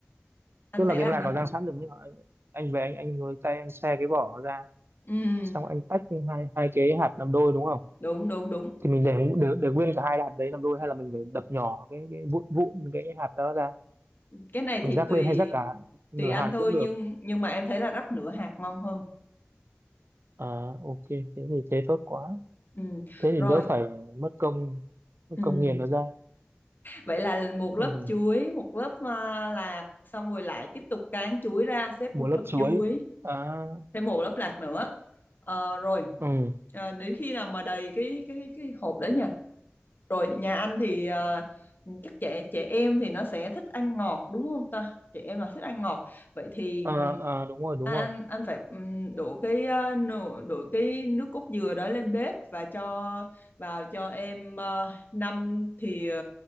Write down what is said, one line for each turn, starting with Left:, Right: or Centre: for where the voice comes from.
Left: anh
Right: tức là
Left: sẽ làm
Right: cái lạc
Left: như
Right: có
Left: thế
Right: giang
Left: nào
Right: sẵn được nhưng mà anh, anh về anh anh với tay anh xe cái vỏ nó ra
Left: ừ,
Right: xong anh tách hai hai cái hạt làm đôi đúng không
Left: đúng đúng đúng
Right: thì mình để để, để nguyên cả hai hạt đấy làm đôi hay là mình phải đập nhỏ cái cái vụn vụn cái hạt đó ra
Left: cái này
Right: mình
Left: thì
Right: rắc
Left: tùy
Right: lên hay rắc cả nửa
Left: tùy anh
Right: hạt
Left: thôi
Right: cũng được
Left: nhưng nhưng mà em thấy là rắc nửa hạt ngon hơn
Right: À, ok, thế thì thế tốt quá.
Left: ừ,
Right: Thế thì
Left: rồi
Right: đỡ phải mất công mất
Left: ừ.
Right: công nghiền nó ra.
Left: vậy là một lớp
Right: Ừ.
Left: chuối một lớp à, lạc xong rồi lại tiếp tục cán chuối ra xếp
Right: Một
Left: một
Right: lớp
Left: lớp
Right: chuối.
Left: chuối
Right: À,
Left: thêm một lớp lạc nữa Ờ, rồi
Right: ừ.
Left: Ờ, đến khi nào mà đầy cái cái cái hộp đấy nhỉ Rồi nhà anh thì ờ, chắc trẻ trẻ em thì nó sẽ thích ăn ngọt đúng không ta? Trẻ em là thích ăn ngọt. Vậy thì
Right: À,
Left: ừm,
Right: à, đúng rồi, đúng
Left: anh
Right: rồi.
Left: anh anh phải ừm, đổ cái ờ, nồi- đổ cái nước cốt dừa đó lên bếp và cho vào cho em ờ, năm thìa